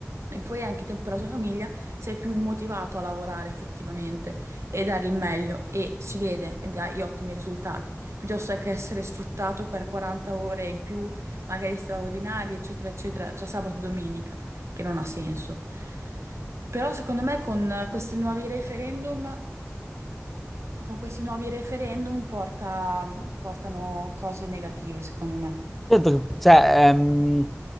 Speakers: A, on the right; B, in the centre.
A: e poi hai anche tempo per la tua famiglia, sei più motivato a lavorare effettivamente e dare il meglio e si vede e dai ottimi risultati, piuttosto che essere sfruttato per 40 ore in più, magari straordinarie, eccetera, eccetera, tra sabato e domenica che non ha senso. Però secondo me con questi nuovi referendum, con questi nuovi referendum porta- portano cose negative, secondo me.
B: Certo, che- cioè, ehm,